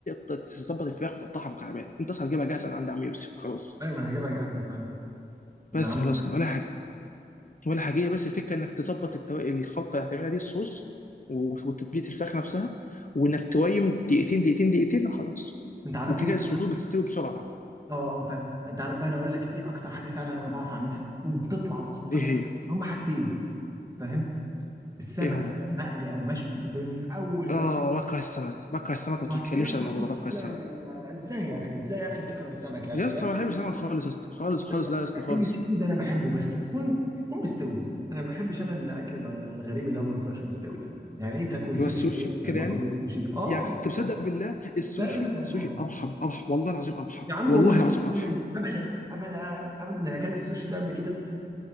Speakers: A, on the left; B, on the right.
A: ت- تظبط الفراخ وتقطعها مكعبات انت اصلا هتجيبها جاهزه من عند عم يوسف خلاص
B: ايوه ما انا هجيبها جاهزة فعلا انا
A: بس
B: عامل
A: خلاص كده ولا حاجه ولا حاجه بس الفكره انك تظبط التو... يعني الخلطه اللي هتعملها دي الصوص و- وتتبيله الفراخ نفسها وانك تويم دقيقتين دقيقتين دقيقتين وخلاص
B: انت عارف
A: وكده
B: ايه
A: كده الصدور بتستوي بسرعه
B: اه اه فعلا انت عارف بقى انا اقول لك ايه اكتر حاجه فعلا انا بعرف اعملها وبتطلع مظبوطه
A: ايه
B: 100%
A: هي
B: هم حاجتين فاهم السمك
A: ايه هم
B: سواء مقلي او مشوي ب- من اول
A: اه
B: تج...
A: بكره السمك بكره السمك ما
B: ما-
A: تتكلمش
B: يا اسطى
A: عن الموضوع
B: عشان-
A: ده بكره السمك
B: لا لا لا لا لا ازاي يا اخي ازاي يا اخي بتكره السمك يا
A: يا
B: اخي
A: اسطى
B: يا اخي
A: ما بحبش السمك خالص يا اسطى خالص خالص
B: بس
A: لا يا اسطى خالص
B: اي سي فود انا بحبه بس يكون يكون مستوي انا ما بحبش انا الاكل ال- الغريب اللي هو ما بيكونش مستوي ده يعني ايه تاكل
A: اللي
B: سوشي
A: هو السوشي
B: بقول لك
A: كده
B: انا باكل
A: يعني
B: سوشي اه
A: يعني انت مصدق
B: لا
A: بالله السوشي
B: لا لا الله
A: السوشي ارحم ارحم والله العظيم ارحم
B: يا عم
A: والله
B: والله
A: العظيم
B: ازاي
A: ارحم
B: ابدا ابدا ابدا انا اكلت السوشي ده قبل كده